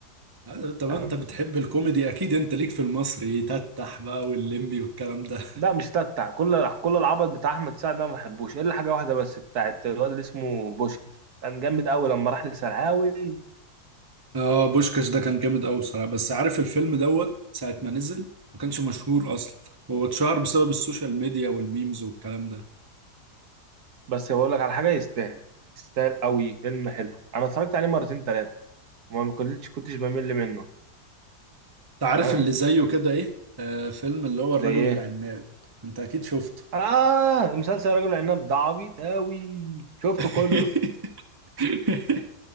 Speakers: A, on the right; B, on the right.
A: آه، طب
B: فاهم
A: أنت بتحب الكوميدي أكيد أنت ليك في المصري يتتح بقى واللمبي والكلام ده
B: لا مش تتع كل كل العبط بتاع احمد سعد ده ما بحبوش الا حاجه واحده بس بتاعت الواد اللي اسمه بوشكش كان جامد قوي لما راح لسرعاوي
A: <laughs> اه بوشكاش ده كان جامد أوي بصراحة بس عارف الفيلم دوت ساعة ما نزل ما كانش مشهور أصلا هو اتشهر بسبب السوشيال ميديا والميمز والكلام ده
B: بس بقول لك على حاجه يستاهل يستاهل قوي فيلم حلو انا اتفرجت عليه مرتين ثلاثه وما كنتش كنتش بمل منه
A: أنت عارف
B: فاهم
A: اللي زيه كده إيه آه فيلم اللي هو الرجل
B: زي ايه
A: العناب أنت أكيد شفته
B: اه مسلسل راجل العناب ده عبيط قوي شفته
A: <laughs>
B: كله
A: <laughs>